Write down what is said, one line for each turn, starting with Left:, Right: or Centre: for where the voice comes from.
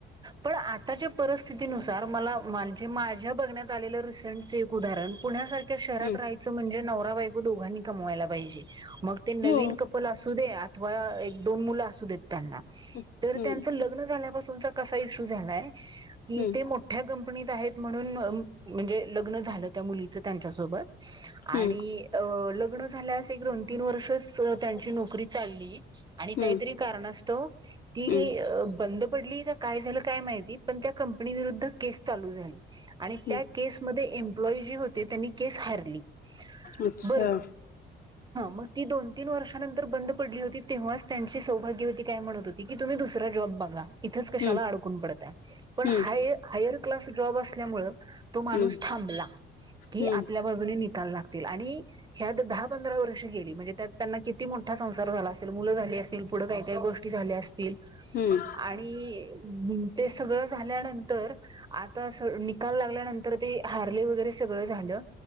Right: पण आताच्या परिस्थितीनुसार मला म्हणजे माझ्या बघण्यात आलेलं रिसेंट च एक उदाहरण कारण पुण्यास शहरात
Left: हम्म
Right: राहायचं म्हणजे नवरा बायको दोघांनी कमवायला पाहिजे मग ते नवीन
Left: हो
Right: कपल्स असो. असू दे अथवा एक दोन मुलं असू देत त्यांना
Left: हम्म
Right: तर त्यांचं लग्न झाल्यापासूनचा काय इशू झालाय की
Left: हम्म
Right: ते मोठ्या कंपनी <inaudible> म्हणून म्हणजे लग्न झालं त्या मुलीच त्यांच्या सोबत आणि
Left: हम्म
Right: अ लग्न. लग्न झाल्यास एक दोन तीन वर्षच त्यांची नोकरी चालली आणि काहीतरी
Left: हम्म
Right: कारणास्तव. ती
Left: हम्म
Right: काय अ बंद पडली का? काय झालं काय माहिती पण त्या कंपनी विरुद्ध केस चालू झाली आणि
Left: हम्म
Right: त्या केसमध्ये एम. ्लॉ जी होते त्यांनी केस हली
Left: अच्छा
Right: बर. मग ती दोन तीन वर्षानंतर बंद पडली होती तेव्हाच त्यांची सौभाग्यवती काय म्हणत हो. की तुम्ही दुसरा जॉब बघा इथच कशाला
Left: हम्म
Right: अडकून पडताय पण
Left: हम्म
Right: हायर काल्स ज त्यामुळे तो माणूस
Left: हम्म
Right: थांबला की
Left: हम्म
Right: आपल्या बाजूने नि <inaudible> आणि ह्यात दहा पंधरा वर्ष गली म्हणजे त्यात त्यांना किती मोठा संसार झाला असेल मूल झाली अस. <inaudible> पुढं काय काय गोष्टी झाल्या असतील
Left: हम्म
Right: आणि ते सगळं झाल्यानंतर आता स निकाल लागल्यानंतर ते हारले वगैरे सगळं झालं